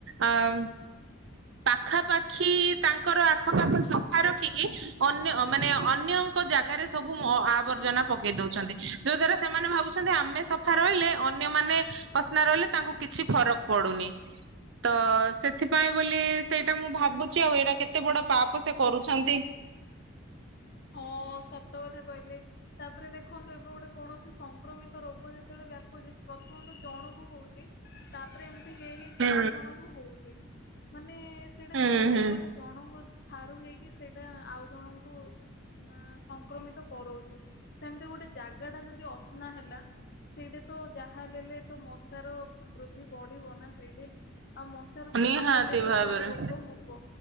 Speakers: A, on the right; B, on the left.
A: ଅ ପାଖାପାଖି ତାଙ୍କର ଆଖପାଖ ସଫା ରଖିକି ଅନ୍ୟ ମାନେ ଅନ୍ୟଙ୍କ ଜାଗାରେ ସବୁ ଅ ଆବର୍ଜନା ପକେଇ ଦଉଛନ୍ତି। ଯୋଉ ଦ୍ଵାରା ସେମାନେ ଭାବୁଛନ୍ତି ଆମେ ସଫା ରହିଲେ ଅନ୍ୟମାନେ ଦୁ ଅସନା ରହିଲେ ତାଙ୍କୁ କିଛି ଫରକ ପଡୁନି। ତ ସେଥିପାଇଁ ବୋଲି ସେଇଟା ମୁଁ ଭାବୁଛି ଆଉ ଏଇଟା କେତେ ବଡ ପାପ ସେ କରୁଛନ୍ତି।
B: ହଁ ସତ କଥା କହିଲେ। ତାପରେ ଦେଖନ୍ତୁ ଏବେ ଗୋଟେ କୌଣସି ସଂକ୍ରମିତ ରୋଗ ଯେତେବେଳେ ବ୍ୟାପୁଛି ପ୍ରଥମ ତ ଜଣକୁ ହଉଛି। ତାପରେ ଏମିତି ହେଇ ହେଇ କେତେ
A: ହୁଁ
B: ଜଣଙ୍କୁ ହଉଛି। ମାନେ ସେଇଟା
A: ହୁଁ
B: କଣ ରୋଗଟା
A: ହୁଁ
B: ଜଣଙ୍କ ଠାରୁ ହେଇକି ସେଇଟା ଆଉ ଜଣଙ୍କୁ ଅ ସଂକ୍ରମିତ କରଉଛି। ସେମିତି ଗୋଟେ ଜାଗା ଟା ଯଦି ଅସନା ହେଲା ସେଇଟା ତ ଯାହା ହେଲେଲେ ତ ମଶାର ବୃଦ୍ଧି ବଢିବ ନା ସେଇଠେ ଆଉ ମଶ୍ ାର ବୃଦ୍ଧି
A: ନିହାତି
B: ହେଲେ ତ
A: ଭାବରେ।
B: କଣ ରୋଗ ହବ।